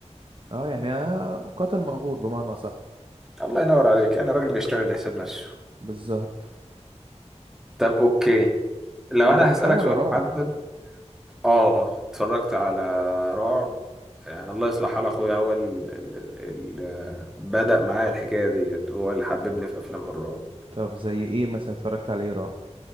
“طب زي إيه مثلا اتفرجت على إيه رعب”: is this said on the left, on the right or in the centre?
Right